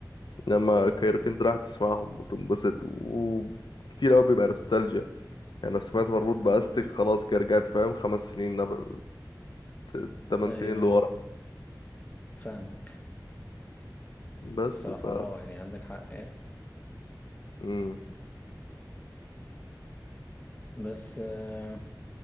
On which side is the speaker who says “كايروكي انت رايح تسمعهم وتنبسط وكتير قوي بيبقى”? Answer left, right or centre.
Left